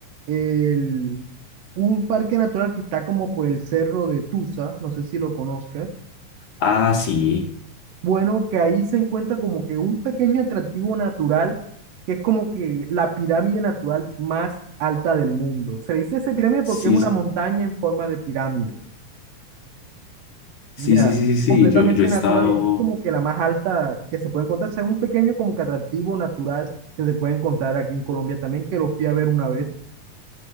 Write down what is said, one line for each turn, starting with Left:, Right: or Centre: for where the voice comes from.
Right: el, un parque natural que está como por el cerro de Tusa, no sé si lo conozcas,
Left: Ah, sí,
Right: bueno, que ahí se encuentra como que un pequeño atractivo natural que es como que la pirámide natural más alta del mundo. Se le dice esa pirámide
Left: sí,
Right: porque es una montaña en forma de pirámide.
Left: sí,
Right: Ya,
Left: sí, sí, sí, sí.
Right: completamente
Left: Yo, yo he estado
Right: natural. y Es como que la más alta que se puede encontrar. O sea, un pequeño como que atractivo natural que se puede encontrar aquí en Colombia también, que lo fui a ver una vez.